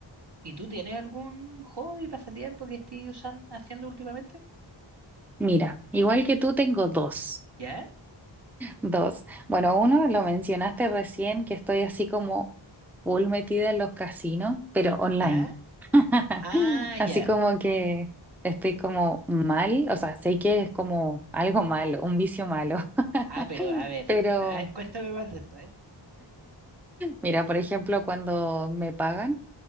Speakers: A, on the right; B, in the centre.
A: ¿Y tú tienes algún hobby, pasatiempo que estés usando, haciendo últimamente?
B: Mira, igual que tú tengo dos.
A: ¿Ya?
B: Dos. Bueno, uno lo mencionaste recién, que estoy así como full metida en los casinos, pero online.
A: ¿Ya?
B: <laughs>
A: Ah,
B: Así
A: ya.
B: como que estoy como mal, o sea, sé que es como algo malo, un vicio malo, <laughs>
A: Ah, pero a ver,
B: pero
A: a ver, cuéntame más de eso, ¿eh?
B: mira, por ejemplo, cuando me pagan.